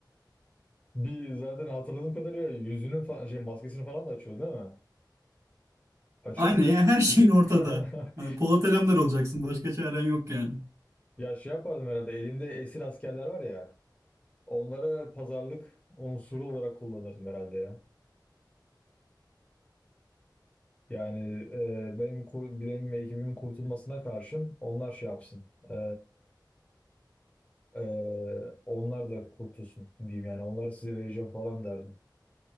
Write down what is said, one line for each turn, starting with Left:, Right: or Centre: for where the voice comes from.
Left: Bir zaten hatırladığım kadarıyla yüzünün fa- şey maskesini falan da açıyor değil mi? Açıyor
Right: Aynen
Left: muydu?
Right: ya her şeyin ortada.
Left: <laughs>
Right: Hani Polat Alemdar olacaksın başka çaren yok yani.
Left: Ya şey yapardım herhalde elimde esir askerler var ya onlara pazarlık unsuru olarak kullanırdım herhalde ya. Yani e, benim kur- benim ve ekibimin kurtulmasına karşın onlar şey yapsın. E, e, onlar da kurtulsun diyeyim yani onları size vereceğim falan derdim